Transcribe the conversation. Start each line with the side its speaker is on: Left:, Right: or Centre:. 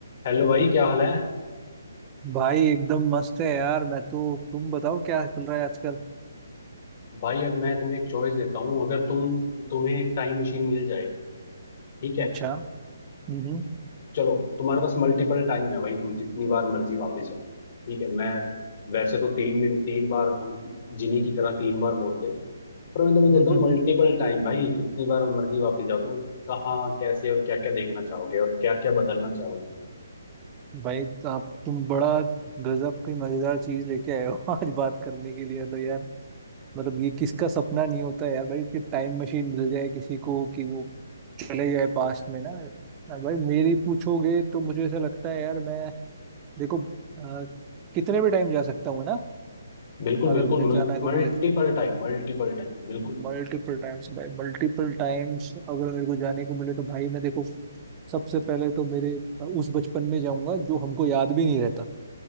Left: Hello भाई क्या हाल है
Right: भाई एकदम मस्त है यार मैं तो तुम बताओ क्या चल रहा है आजकल
Left: भाई अब मैं तुम्हें एक चॉइस देता हूँ अगर तुम तुम्हें एक टाइम मशीन मिल जाए ठीक है
Right: अच्छा हम्म
Left: चलो तुम्हारे पास मल्टीपल टाइम है भाई तुम जितनी बार मर्जी वापस जाओ ठीक है मैं वैसे तो तीन मिनट तीन बार हम जिनी की तरह तीन बार बोलते हैं पर मैं तुम्हें देता
Right: हम्म
Left: हूँ
Right: हम्म
Left: मल्टीपल
Right: हम्म।
Left: टाइम भाई कितनी बार मर्जी वापस जाओ तुम कहाँ कैसे और क्या क्या देखना चाहोगे और क्या क्या बदलना चाहोगे
Right: भाई तो आप तुम बड़ा गजब की मजेदार चीज लेके आए हो <laughs> आज बात करने के लिए मतलब यार मतलब ये किसका सपना नहीं होता है यार भाई कि टाइम मशीन मिल जाए किसी को कि वो चले जाए पास्ट में ना और भाई मेरी पूछोगे तो मुझे ऐसा लगता है यार मैं देखो अ, कितने भी टाइम जा सकता हूँ ना
Left: बिल्कुल
Right: अगर
Left: बिल्कुल
Right: मुझे जाना को
Left: मल्टीपल
Right: मिले तो
Left: टाइम मल्टीपल टाइम बिल्कुल
Right: मल्टीपल टाइम्स भाई मल्टीपल टाइम्स अगर मेरे को जाने को मिले तो भाई मैं देखो सबसे पहले तो मेरे उस बचपन में जाऊंगा जो हमको याद भी नहीं रहता